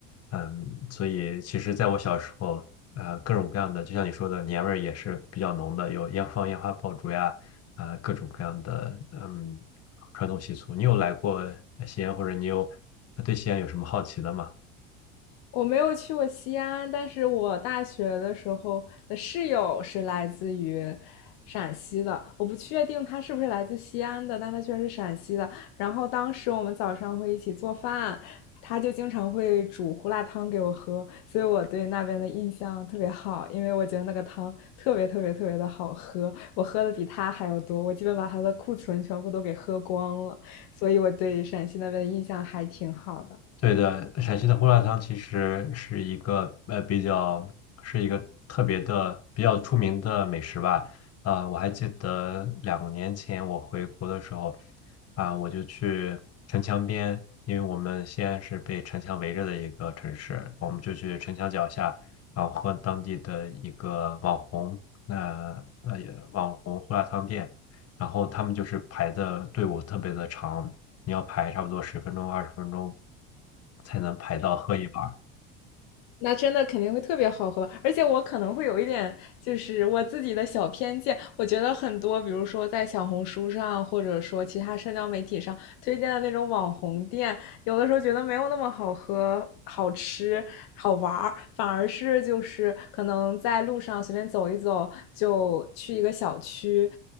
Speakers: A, on the left (about 40°); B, on the left (about 65°).
A: 嗯，所以其实在我小时候，呃，各种各样的，就像你说的，年味儿也是比较浓的，有烟放烟花爆竹呀，呃，各种各样的嗯传统习俗。你有来过西安，或者你有呃对西安有什么好奇的吗？
B: 我没有去过西安，但是我大学的时候的室友是来自于陕西的，我不确定他是不是来自西安的，但他居然是陕西的。然后当时我们早上会一起做饭，他就经常会煮胡辣汤给我喝，所以我对那边的印象特别好，因为我觉得那个汤特别特别特别的好喝，我喝的比他还要多，我基本把他的库存全部都给喝光了，所以我对陕西那边的印象还挺好的。
A: 对的，陕西的胡辣汤其实是一个呃比较是一个特别的比较出名的美食吧。啊、我还记得两年前我回国的时候，啊、我就去城墙边，因为我们西安是被城墙围着的一个城市，我们就去城墙脚下，然后喝当地的一个网红那呃网红胡辣汤店，然后他们就是排的队伍特别的长。你要排差不多十分钟、二十分钟才能排到喝一碗儿。
B: 那真的肯定会特别好喝，而且我可能会有一点，就是我自己的小偏见，我觉得很多，比如说在小红书上，或者说其他社交媒体上推荐的那种网红店，有的时候觉得没有那么好喝、好吃、好玩儿，反而是就是可能在路上随便走一走，就去一个小区，